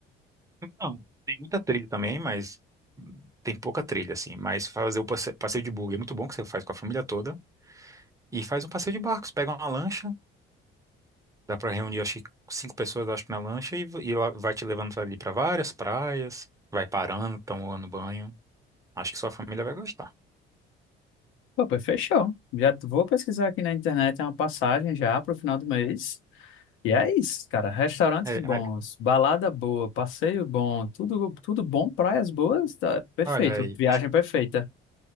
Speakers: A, on the right; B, on the left.
A: Então, tem muita trilha também, mas hum, tem pouca trilha assim, mas fazer o passe- passeio de buggy é muito bom que você faz com a família toda. E faz um passeio de barcos, pega uma lancha, Dá pra reunir, acho que cinco pessoas, acho que na lancha, e, v- e lá vai te levando ali pra várias praias, vai parando, tomando banho. Acho que sua família vai gostar.
B: Pô, pois fechou. Já vou pesquisar aqui na internet, é uma passagem já para o final do mês. E é isso, cara. Restaurantes
A: É,
B: bons,
A: é,
B: balada boa, passeio bom, tudo, tudo bom, praias boas, tá perfeito.
A: olha aí,
B: Viagem perfeita.